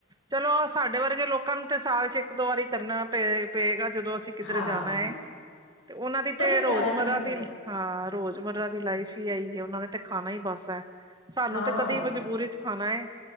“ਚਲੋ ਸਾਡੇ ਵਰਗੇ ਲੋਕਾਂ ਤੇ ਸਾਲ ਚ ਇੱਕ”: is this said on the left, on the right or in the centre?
Right